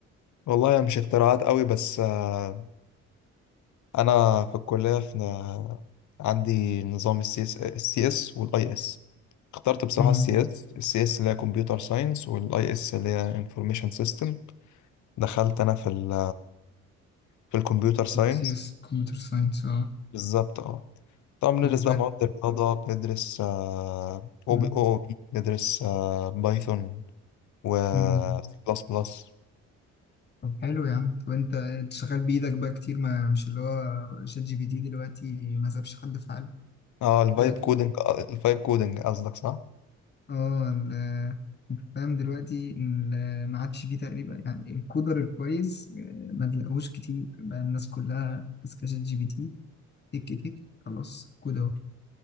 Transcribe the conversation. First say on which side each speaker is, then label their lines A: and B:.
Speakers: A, on the left; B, on the left.
A: والله هي مش اختراعات قوي بس آه أنا في الكلية في عندي نظام السي اس السي اس والاي اس اخترت بصراحة
B: امم
A: السي اس السي اس اللي هي كمبيوتر ساينس والاي اس اللي هي انفورميشن سيستم دخلت أنا في ال في الكمبيوتر ساينس
B: سي اس كمبيوتر ساينس اه
A: بالظبط اه طبعا بندرس
B: طب
A: بقى مواد الرياضة بندرس او
B: امم
A: بي او بي بندرس آه، بايثون و
B: إمم.
A: سي بلس بلس
B: طب حلو يا عم وانت انت شغال بايدك بقى كتير ما مش اللي هو شات جي بي تي دلوقتي ما سابش حد في حاله
A: اه الفايب
B: دلوقتي
A: كودنج
B: بت-
A: الفايب كودنج قصدك صح؟
B: اه ال- فاهم دلوقتي ال- ما عادش فيه تقريبا يعني الكودر الكويس آه، ما تلاقوش كتير بقى الناس كلها ماسكه شات جي بي تي تك تك خلاص الكود اهو